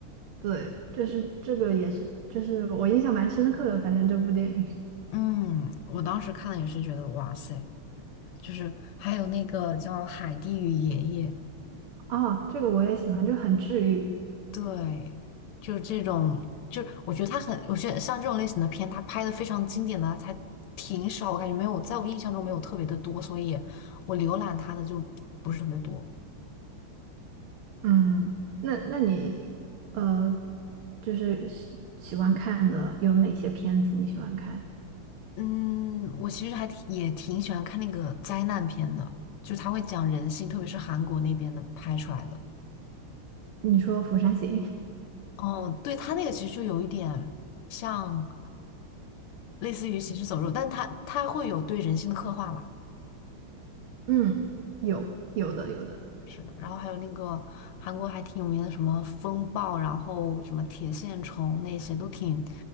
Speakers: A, on the right; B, on the left.
A: 对，就是这个也是，就是我印象蛮深刻的，反正这部电影
B: 嗯，我当时看了也是觉得哇塞，就是还有那个叫《海蒂与爷爷》。
A: <laughs> 啊，这个我也喜欢，这个很治愈。
B: 对，就是这种，就是我觉得他很，我觉得像这种类型的片，他拍的非常经典的才挺少，我感觉没有，在我印象中没有特别的多，所以我浏览他的就不是特别多。
A: 嗯，那那你呃，就是喜喜欢看的有哪些片子你喜欢看？
B: 嗯，我其实还挺也挺喜欢看那个灾难片的，就是他会讲人性，特别是韩国那边的拍出来的。
A: 你说《釜山行》，
B: 哦，对，他那个其实就有一点像类似于行尸走肉，但他他会有对人性的刻画嘛。
A: <laughs> 嗯，有有的有的，
B: 是的，然后还有那个韩国还挺有名的什么风暴，然后什么铁线虫那些都挺，